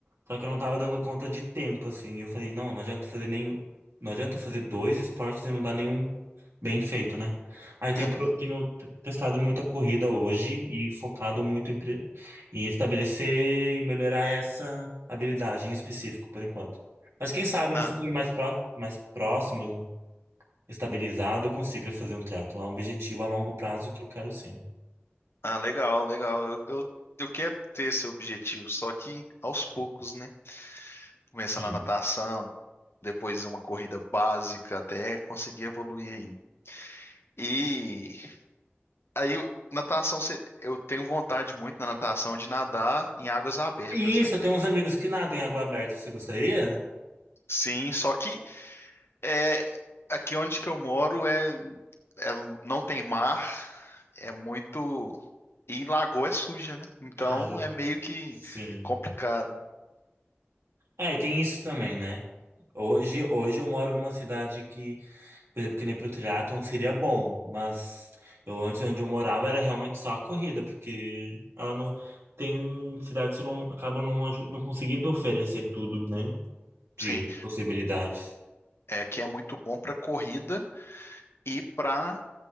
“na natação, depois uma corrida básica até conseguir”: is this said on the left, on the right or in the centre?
Left